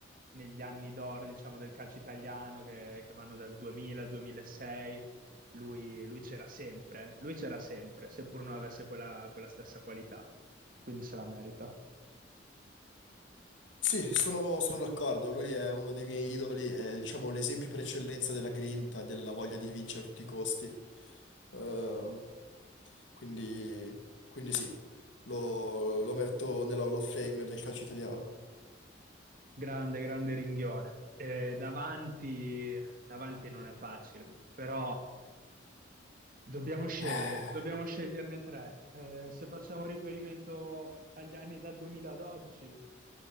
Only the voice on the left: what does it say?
Sì, sono, sono d'accordo. Lui è uno dei miei idoli, è diciamo l'esempio per eccellenza della grinta, della voglia di vincere a tutti i costi. Eh, quindi, quindi sì, lo, lo metto nella Hall of Fame del calcio italiano.
Eh,